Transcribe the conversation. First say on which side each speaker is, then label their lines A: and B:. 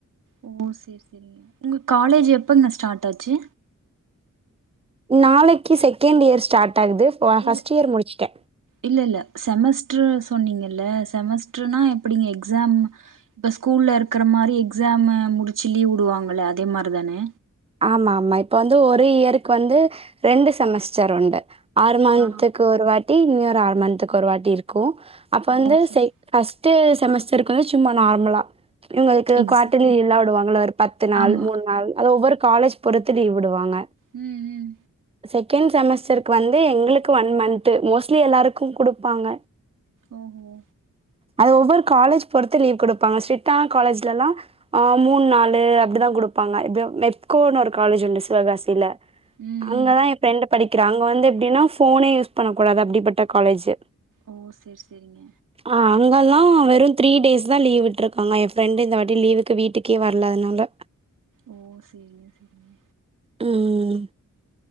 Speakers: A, on the right; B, on the right.
A: ஓ சேரி சேரிங்க உங்க காலேஜு எப்போங்க ஸ்டார்ட் ஆச்சு
B: நாளைக்கு செகண்ட் இயர் ஸ்டார்ட் ஆகுது ஃப ஃபர்ஸ்ட்
A: இல்ல
B: இயர் முடிச்சுட்டேன்.
A: இல்ல இல்ல செமஸ்ட்ரு சொன்னீங்கல்ல செமஸ்ட்ருனா எப்டிங்க எக்ஸாம் இப்போ ஸ்கூல்ல இருக்குற மாரி எக்ஸாமு முடிச்சி லீவ் உடுவாங்கல அதே மாரி தானே
B: ஆமா ஆமா இப்ப வந்து ஒரு இயருக்கு வந்து ரெண்டு செமஸ்டர் உண்டு ஆறு மன்த்துக்கு
A: ஆ
B: ஒரு வாட்டி இன்னோறு ஆறு மன்த்துக்கு ஒரு வாட்டி இருக்கு அப்போ
A: ஓ
B: வந்து
A: சேரி
B: செக் ஃபர்ஸ்ட்டு செமஸ்டருக்கு வந்து சும்மா நார்மலா இவுங்களுக்கு
A: எக்ஸ்
B: குவார்டர்லி லீவ்லா விடுவாங்கள்ள ஒரு பத்து நாள்
A: ஆமா
B: மூணு நாள் அது ஒவ்வரு காலேஜ் பொறுத்து லீவ் விடுவாங்க
A: உம் உம்
B: செகண்ட் செமஸ்டருக்கு வந்து எங்களுக்கு ஒன் மன் த்து மோஸ்ட் எல்லாருக்கு குடுப்பாங்க
A: ஓஹோ
B: அது ஒவ்வரு காலேஜ் பொறுத்து லீவ் குடுப்பாங்க ஸ்ட்ரிட்டான காலேஜ்லல்லா ஆ மூணு நாலு அப்டிதா குடுப்பாங்க இப்ப மெப்கோன்னு ஒரு காலேஜ் உண்டு சிவகாசியில
A: உம்
B: அங்கதா எ ப்ரெண்டு படிக்கிறா அங்க வந்து எப்டின்னா ஃபோனே யூஸ் பண்ண கூடாது அப்டிப்பட்ட காலேஜு
A: ஓ சேரி சேரிங்க
B: அ அங்கல்லா வெறு த்ரீ டேஸ் தா லீவ் விட்டுருக்காங்க எ ஃப்ரெண்டு இந்த வாட்டி லீவுக்கு வீட்டுக்கே வரல அதனால
A: ஓ சேரிங்க சேரிங்க
B: உம்